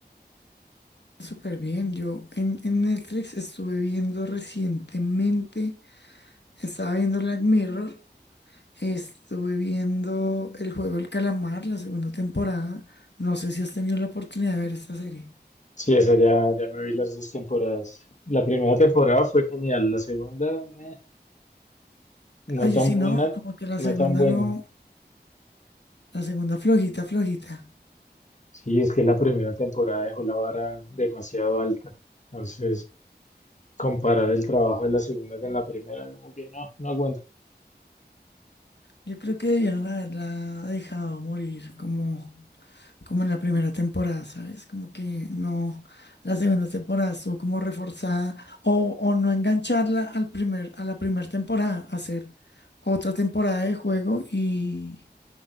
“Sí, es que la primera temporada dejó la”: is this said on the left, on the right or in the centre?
Left